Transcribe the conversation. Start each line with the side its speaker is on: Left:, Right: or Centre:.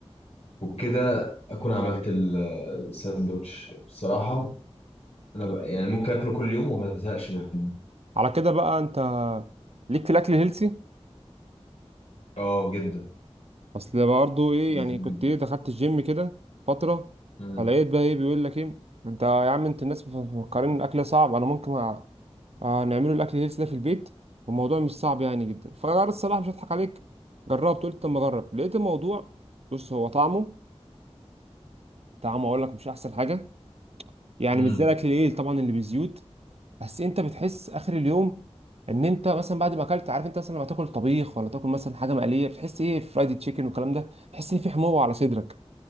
Left: وبكده اكون عملت ال- الساندوتش بصراحة انا ب... يعني ممكن اكله كل يوم وما ازهقش منه
Right: على كده بقى انت ليك في الاكل الهيلسي
Left: اه جدا
Right: اصل برضه ايه
Left: جدا
Right: يعني كنت
Left: جدا
Right: ايه دخلت الجيم كده فتره
Left: امم
Right: فلقيت بقى ايه بيقول لك ايه انت يا عم انت الناس مفكرين الاكل صعب انا ممكن أ- آه، نعمله الاكل هيلث ده في البيت والموضوع مش صعب يعني جدا فانا الصراحه مش هضحك عليك جربت قلت اما اجرب لقيت الموضوع بص هو طعمه طعمه اقول لك مش احسن حاجه يعني
Left: امم
Right: مش زي الاكل الايه طبعا اللي بزيوت بس انت بتحس اخر اليوم ان انت مثلا بعد ما اكلت عارف انت مثلا لما تاكل طبيخ ولا تاكل مثلا حاجه مقليه بتحس ايه فرايدي تشيكن والكلام ده تحس ان في حموضه على صدرك